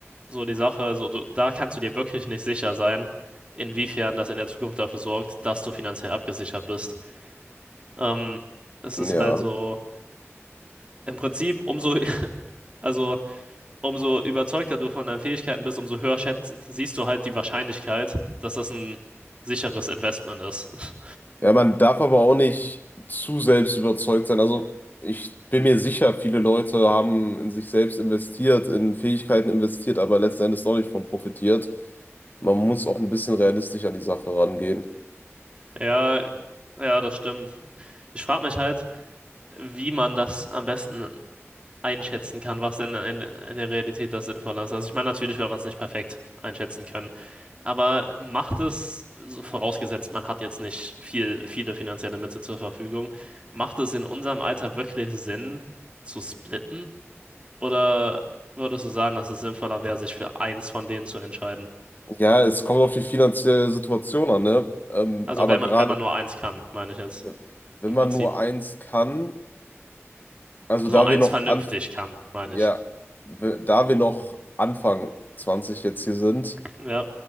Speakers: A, on the right (about 25°); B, on the left (about 40°).
A: so die Sache, so du, da kannst du dir wirklich nicht sicher sein, inwiefern das in der Zukunft dafür sorgt, dass du finanziell abgesichert bist. Ähm, es
B: Ja.
A: ist halt so. Im Prinzip, umso Also, umso überzeugter du von deinen Fähigkeiten bist, umso höher schätz- siehst du halt die Wahrscheinlichkeit, dass das ein sicheres Investment ist. <laughs>
B: Ja, man darf aber auch nicht zu selbst überzeugt sein. Also ich bin mir sicher, viele Leute haben in sich selbst investiert, in Fähigkeiten investiert, aber letzten Endes noch nicht von profitiert. Man muss auch ein bisschen realistisch an die Sache rangehen.
A: Ja, ja, das stimmt. Ich frage mich halt, wie man das am besten einschätzen kann, was denn in, in der Realität das Sinnvolle ist. Also, ich meine, natürlich wird man es nicht perfekt einschätzen können. Aber macht es, so vorausgesetzt, man hat jetzt nicht viel, viele finanzielle Mittel zur Verfügung, macht es in unserem Alter wirklich Sinn zu splitten? Oder würdest du sagen, dass es sinnvoller wäre, sich für eins von denen zu entscheiden?
B: Ja, es kommt auf die finanzielle Situation an, ne? Ähm,
A: Also
B: aber
A: wenn
B: gerade,
A: man, wenn man nur eins kann, meine ich jetzt.
B: ja, wenn
A: Im Prinzip.
B: man nur eins kann, also
A: Also
B: da
A: eins
B: wir noch
A: vernünftig
B: anf
A: kann, meine
B: ja,
A: ich.
B: we- da wir noch Anfang 20 jetzt hier sind,
A: Ja,